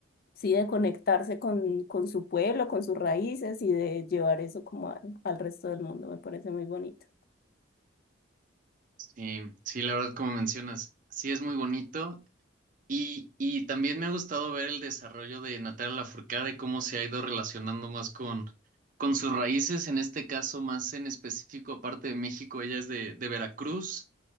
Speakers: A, on the left (about 50°); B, on the right (about 45°).
A: sí, de conectarse con, con su pueblo, con sus raíces y de llevar eso como al al resto del mundo, me parece muy bonito.
B: Sí, sí, la verdad, como mencionas, sí es muy bonito Y, y también me ha gustado ver el desarrollo de Natalia Lafourcade, cómo se ha ido relacionando más con, con sus raíces, en este caso más en específico, aparte de México, ella es de, de Veracruz,